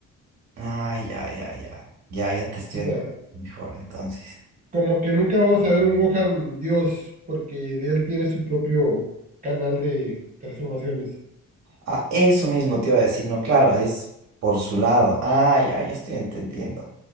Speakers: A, on the right; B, on the right.
A: ah, ya, ya, ya. Ya, ya te estoy
B: O sea,
A: entendiendo mejor entonces.
B: como que nunca vamos a ver un Gohan Dios, porque de él tiene su propio canal de transformaciones.
A: Ah, eso mismo te iba a decir, no, claro, es por su lado. Ah, ya, ya estoy entendiendo.